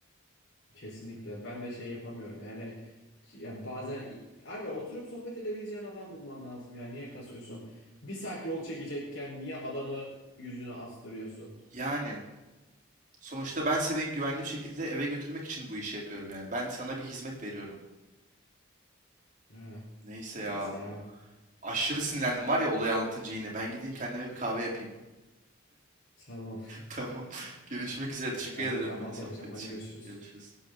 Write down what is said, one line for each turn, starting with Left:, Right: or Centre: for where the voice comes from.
Left: Kesinlikle. Ben de şey yapamıyorum. Yani, ki- ya bazen abi oturup sohbet edebileceğin adam bulman lazım ya. Niye kasıyorsun? Bir saat yol çekecekken niye adamı yüzüne astırıyorsun?
Right: Yani sonuçta ben seni güvenli bir şekilde eve götürmek için bu işi yapıyorum yani. Ben sana bir hizmet veriyorum.
Left: Yani
Right: Neyse ya.
Left: neyse ya.
Right: Aşırı sinirlendim var ya olayı anlatınca yine. Ben gideyim kendime bir kahve yapayım.
Left: Tamam.
Right: Tamam.
Left: <laughs>
Right: Görüşmek
Left: Ben,
Right: üzere. Teşekkür
Left: ben
Right: ederim
Left: de bir kahvaltı
Right: yine sohbet
Left: yapacağım. Hadi
Right: için.
Left: görüşürüz.
Right: Görüşürüz.